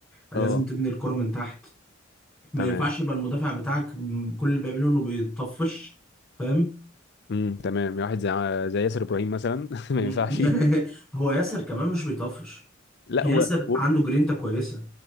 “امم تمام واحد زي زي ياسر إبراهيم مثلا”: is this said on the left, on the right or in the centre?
Left